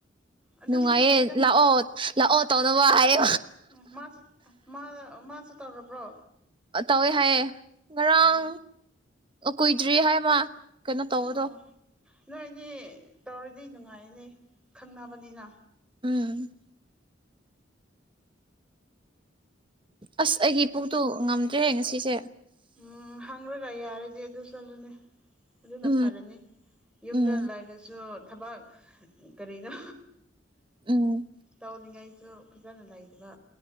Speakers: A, in the centre; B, on the right.
A: ꯑꯗꯨꯁꯨ
B: ꯅꯨꯡꯉꯥꯏꯌꯦ
A: ꯐꯩꯗ
B: ꯂꯥꯛꯑꯣ ꯂꯥꯛꯑꯣ ꯇꯧꯅꯕ ꯍꯥꯏꯌꯦ
A: ꯎꯝ ꯃꯥꯁꯨ ꯃꯥ ꯃꯥꯁꯨ ꯇꯧꯔꯕ꯭ꯔꯣ
B: ꯇꯧꯋꯦ ꯍꯥꯏꯌꯦ ꯉꯔꯥꯡ
A: ꯑꯣ
B: ꯀꯨꯏꯗ꯭ꯔꯤ ꯍꯥꯏ ꯃꯥ ꯀꯩꯅꯣ ꯇꯧꯕꯗꯣ
A: ꯑꯣ ꯅꯣꯏꯅꯤ ꯇꯧꯔꯗꯤ ꯅꯨꯡꯉꯥꯏꯅꯦ ꯈꯪꯅꯕꯅꯤꯅ
B: ꯎꯝ ꯑꯁ ꯑꯩꯒꯤ ꯄꯨꯛꯇꯣ ꯉꯝꯗ꯭ꯔꯦ ꯉꯁꯤꯁꯦ
A: ꯎꯝ ꯍꯪꯔꯒꯥ ꯌꯥꯔꯗꯤ ꯑꯗꯨ ꯆꯠꯂꯅꯤ ꯑꯗꯨꯅ
B: ꯎꯝ
A: ꯐꯔꯅꯤ ꯌꯨꯝꯗ
B: ꯎꯝ
A: ꯂꯩꯔꯁꯨ ꯊꯕꯛ ꯀꯔꯤꯅꯣ
B: ꯎꯝ
A: ꯇꯧꯅꯤꯡꯉꯥꯏ ꯁꯨ ꯐꯖꯅ ꯂꯩꯇꯕ